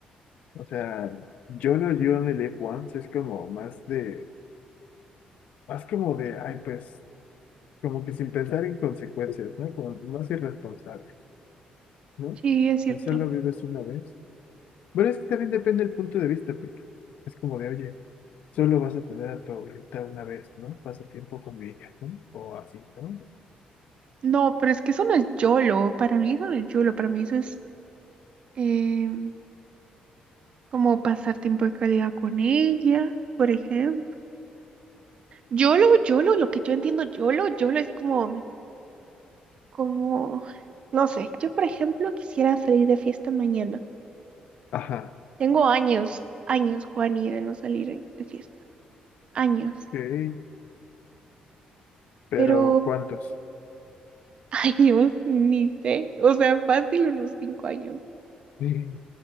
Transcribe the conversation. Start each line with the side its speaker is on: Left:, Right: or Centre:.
Left: O sea, YOLO, You Only Live Once es como más de, más como de, ay, pues, como que sin pensar en consecuencias, ¿no? Como más irresponsable, ¿no?
Right: Sí, es cierto.
Left: El solo vives una vez. Bueno, es que también depende del punto de vista, porque es como de, oye, Solo vas a tener a tu abuelita una vez, ¿no? Pasa tiempo con ella, ¿no? O así, ¿no?
Right: No, pero es que eso no es YOLO. Para mí eso no es YOLO. Para mí eso es em, como pasar tiempo de calidad con ella, por ejemplo. YOLO, YOLO, lo que yo entiendo YOLO, YOLO es como como, no sé, yo por ejemplo quisiera salir de fiesta mañana.
Left: Ajá,
Right: Tengo años, años, Juani, de no salir de fiesta. Años,
Left: ok. Pero
Right: pero
Left: ¿cuántos?
Right: <laughs> años, ni sé. O sea, fácil unos cinco años.
Left: Sí.